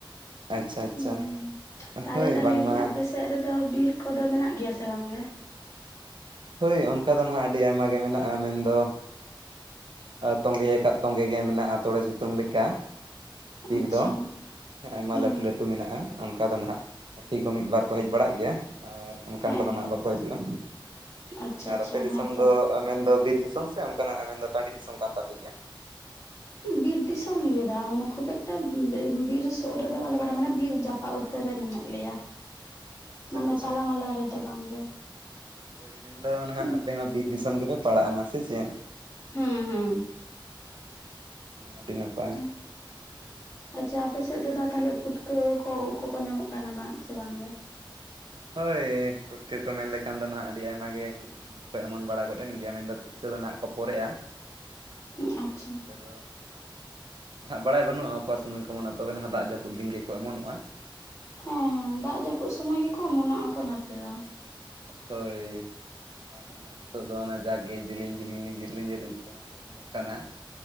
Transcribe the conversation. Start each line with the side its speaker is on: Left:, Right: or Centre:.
Right: ᱟᱪᱪᱷᱟ ᱟᱪᱪᱷᱟ
Left: ᱦᱩᱸ ᱛᱟᱦᱞᱮ
Right: ᱦᱳᱭ
Left: ᱫᱟ
Right: ᱵᱟᱝᱢᱟ
Left: ᱞᱟᱹᱭᱫᱟᱹᱧ ᱟᱯᱮ ᱥᱮ ᱥᱮᱜ ᱨᱮᱫᱚ ᱵᱤᱨ ᱠᱚᱫᱚ ᱢᱮᱱᱟᱜ ᱜᱮᱭᱟ ᱥᱮ ᱵᱟᱝ ᱜᱮ?
Right: ᱦᱳᱭ ᱚᱱᱠᱟ ᱫᱚ ᱱᱟᱦᱟᱜ ᱟᱹᱰᱤ ᱟᱭᱢᱟ ᱜᱮ ᱢᱮᱱᱟᱜ-ᱟ ᱢᱮᱱᱫᱚ ᱛᱟ ᱛᱚᱸᱜᱮ ᱭᱟᱠᱟᱜ ᱛᱚᱸᱜᱮ ᱜᱮ ᱢᱮᱱᱟᱜᱼᱟ ᱛᱚᱲᱮ ᱥᱩᱛᱟᱹᱢ ᱞᱮᱠᱟ᱾ ᱵᱤᱨ
Left: ᱟᱪᱪᱷᱟ
Right: ᱫᱚ ᱟᱭᱢᱟ
Left: ᱦᱩᱸ
Right: ᱞᱟᱹᱴᱩ ᱞᱟᱹᱴ ᱟᱹᱛᱩ ᱢᱮᱱᱟᱜᱼᱟ ᱚᱱᱠᱟ ᱫᱚ ᱱᱟᱦᱟᱜ ᱦᱟᱹᱛᱤ ᱠᱚ ᱢᱤᱫ ᱵᱟᱨ ᱠᱚ ᱦᱮᱡ ᱵᱟᱲᱟᱜ ᱜᱮᱭᱟ᱾ ᱟᱨ ᱚᱱᱠᱟᱱ
Left: ᱦᱮᱸ
Right: ᱠᱚᱫᱚ ᱱᱟᱦᱟᱜ
Left: ᱦᱮᱸ
Right: ᱵᱟᱠᱚ ᱦᱤᱡᱩᱜᱼᱟ᱾
Left: ᱟᱪᱪᱷᱟ
Right: ᱟᱨ
Left: ᱟᱪᱪᱷᱟ
Right: ᱟᱯᱮ ᱫᱤᱥᱚᱢ
Left: ᱦᱮᱸᱛᱚ
Right: ᱫᱚ ᱢᱮᱱᱫᱚ ᱵᱤᱨ ᱫᱤᱥᱚᱢ ᱥᱮ ᱚᱱᱠᱟᱱᱟᱜ ᱢᱮᱱᱫᱚ ᱴᱟᱺᱰᱤ ᱫᱤᱥᱚᱢ ᱠᱟᱱ ᱛᱟᱯᱮ ᱜᱮᱭᱟ?
Left: ᱵᱤᱨ ᱫᱤᱥᱚᱢ ᱜᱮ ᱫᱟᱜ ᱢᱟᱱᱮ ᱠᱷᱩᱵ ᱮᱠᱴᱟ ᱵᱮ ᱵᱤᱨ ᱥᱳᱨ ᱨᱮ ᱫᱚ ᱵᱟᱞᱮ ᱵᱟᱲᱟ ᱢᱟᱱᱮ ᱵᱤᱨ ᱡᱟᱯᱟᱜ ᱩᱛ ᱛᱟᱹᱨ ᱨᱮ ᱢᱮᱱᱟᱜ ᱞᱮᱭᱟ
Right: ᱟᱪᱪᱷᱟ
Left: ᱢᱟᱱᱮ
Right: ᱟᱪᱪᱷᱟ
Left: ᱛᱟᱞᱟ ᱢᱟᱞᱟ ᱨᱮᱫᱚ ᱵᱟᱝᱜᱮ᱾
Right: ᱢᱮᱱᱫᱚ ᱱᱟᱦᱟᱜ
Left: ᱦᱩᱸ
Right: ᱟᱯᱮ ᱦᱚᱸ ᱵᱤᱨ ᱫᱤᱥᱚᱢ ᱜᱮᱯᱮ ᱯᱟᱲᱟᱜᱼᱟ ᱱᱟ ᱥᱮ ᱪᱮᱫ?
Left: ᱦᱩᱸ
Right: ᱟᱹᱰᱤ ᱱᱟᱯᱟᱭ᱾
Left: <inaudible> ᱟᱪᱪᱷᱟ ᱟᱯᱮ ᱥᱮᱜ ᱫᱚ ᱫᱟ ᱛᱟᱦᱚᱞᱮ ᱯᱩᱴᱠᱟᱹ ᱠᱚ ᱩᱜ ᱠᱚᱠᱚ ᱧᱟᱢᱚᱜ ᱠᱟᱱᱟ ᱵᱟᱝ ᱥᱮ ᱵᱟᱝ ᱜᱮ?
Right: ᱯᱟᱞᱮ ᱯᱩᱴᱠᱟᱹ ᱠᱚ ᱢᱮᱱ ᱞᱮᱠᱷᱟᱱ ᱫᱚ ᱱᱟᱦᱟᱜ ᱟᱹᱰᱤ ᱟᱭᱢᱟ ᱜᱮ ᱯᱮ ᱮᱢᱚᱱ ᱵᱟᱲᱟ ᱜᱚᱫ ᱮᱱ ᱜᱮᱭᱟ ᱢᱮᱱᱫᱚ ᱯᱩᱴᱠᱟᱹ ᱫᱚ ᱱᱟᱦᱟᱜ ᱠᱚ ᱯᱚᱨᱮᱜ-ᱟ᱾ <inaudible>
Left: ᱦᱩᱸ ᱟᱪᱪᱷᱟ
Right: ᱱᱟᱸᱜ ᱵᱟᱲᱟᱭ ᱵᱟᱹᱱᱩᱜ-ᱟ ᱚᱠᱟ ᱥᱮᱱ ᱜᱮᱠᱚ ᱚᱢᱚᱱᱚᱜ-ᱟ ᱛᱚᱵᱮ ᱱᱟᱦᱟᱜ ᱫᱟᱜ ᱡᱟᱹᱯᱩᱫ ᱫᱤᱱ ᱜᱮᱠᱚ ᱮᱢᱚᱱᱚᱜᱼᱟ᱾
Left: ᱦᱮᱸ ᱦᱮᱸ ᱫᱟᱜ ᱡᱟᱹᱯᱩᱜ ᱥᱚᱢᱚᱭ ᱜᱮᱠᱚ ᱚᱢᱚᱱᱚᱜ ᱟᱠᱚ ᱱᱟᱛᱮ ᱫᱚ᱾
Right: ᱦᱳᱭ᱾ ᱱᱟᱦᱟᱜ ᱫᱚ ᱚᱱᱟ ᱡᱟᱜᱮ ᱡᱮᱞᱮᱧ ᱡᱮᱞᱮᱧ ᱞᱮᱡᱮᱨ ᱞᱤᱡᱤᱨ ᱩᱫ <unintelligible> ᱠᱟᱱᱟ᱾